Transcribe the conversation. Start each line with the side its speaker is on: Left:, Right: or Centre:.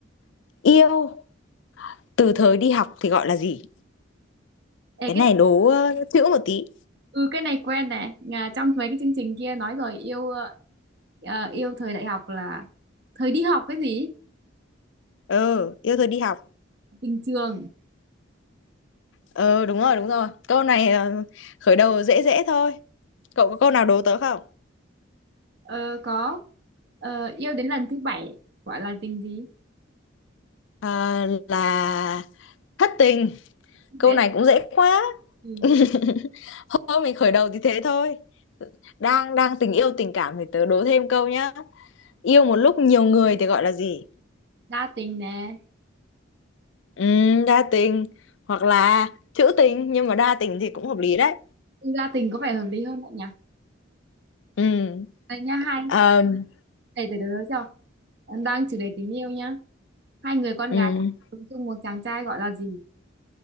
Left: yêu từ thời đi học thì gọi là gì?
Right: Ê,
Left: Cái
Right: cái
Left: này đố ờ, chữ một tí.
Right: ừ cái này quen nè Nhà, trong mấy cái chương trình kia nói rồi yêu ờ, ờ, yêu thời đại học là thời đi học cái gì
Left: Ừ, yêu thời đi học.
Right: tình trường
Left: Ừ, đúng rồi, đúng rồi. Câu này ờ, khởi đầu dễ dễ thôi. Cậu có câu nào đố tớ không?
Right: Ờ, có Ờ, yêu đến lần thứ bảy gọi là tình gì
Left: Ờ, là thất tình.
Right: dễ
Left: Câu này cũng dễ quá.
Right: ừ,
Left: <laughs>
Right: dễ
Left: Thôi mình khởi đầu thì thế thôi. đang đang tình yêu tình cảm thì tớ đố thêm câu nhá yêu một lúc nhiều người thì gọi là gì
Right: đa tình nè
Left: Ừm, đa tình hoặc là trữ tình nhưng mà đa tình thì cũng hợp lý đấy
Right: Ừ, đa tình có vẻ hợp lý hơn đấy nhỉ
Left: Ừm,
Right: đây nha hai
Left: ờm,
Right: để để để đối cho đang chủ đề tình yêu nhá hai người con
Left: ừm.
Right: gái ở chung một chàng trai gọi là gì